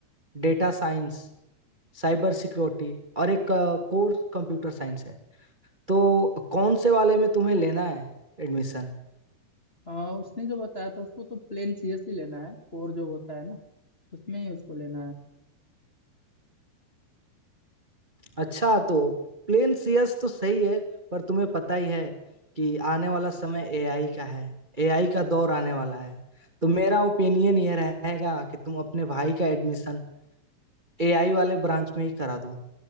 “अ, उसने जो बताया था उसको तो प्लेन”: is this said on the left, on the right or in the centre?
Left